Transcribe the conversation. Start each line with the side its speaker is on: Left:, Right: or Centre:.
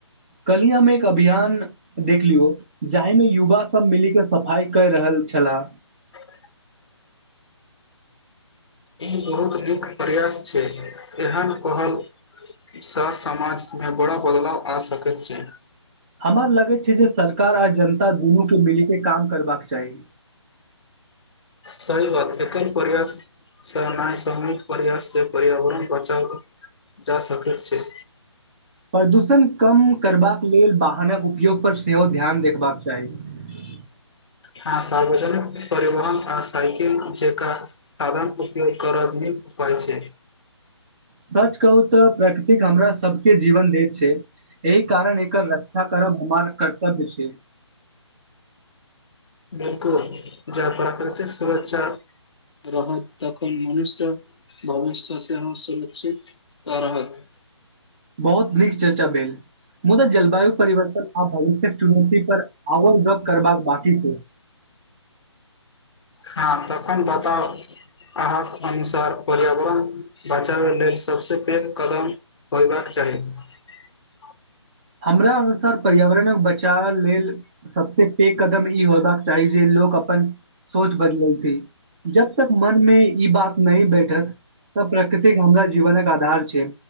Right: कल्हि हम एक अभियान देखलियौ जाहिमे युवा सभ मिलि कऽ सफाइ कहि रहल छलाह
Left: <inaudible> ई बहुत नीक प्रयास छै एहन कहल सँ समाजमे बड़ा बदलाव आ सकैत छै
Right: हमर लगैत छै जे सरकार आ जनता दुनूके मिलि कऽ काज करबाक चाही।
Left: सही बात एक कोन परयास सामूहिक प्रयास सँ पर्यावरण बचाव। जा सक छै
Right: प्रदूषण कम करबाक लेल वाहनक उपयोग पर सेहो ध्यान देबाक चाही।
Left: हँ, सार्वजनिक परिवहन आ साइकिल जका साधनक उपयोग करब। कहइ छै
Right: सच कहू तऽ प्रकृति हमरा सभके जीवन दैत छै। एहि कारण एकर रक्षा करब हमार कर्तव्य छै
Left: बिल्कुल, जँ प्राकृतिक सुरक्षा रहत तखन मनुष्य भविष्य सेहो सुरक्षित त रहत।
Right: बहुत नीक चर्चा भेल मुदा जलवायु परिवर्तन आ भविष्यक चुनौती पर आओर गप्प करबाक बाकी छै।
Left: हँ तखन बताउ अहाँक अनुसार पर्यावरण बचाबय लेल सभसँ पैघ कदम होयबाक चाही <unintelligible>
Right: हमरा अनुसार पर्यावरणक बचाव लेल सभसँ पैघ कदम ई होयबाक चाही जे लोक अपन बदलय छै, जखन तक मनमे ई बात नहि बैसत। जखन तक प्रकृति हमरा जीवनक आधार छै,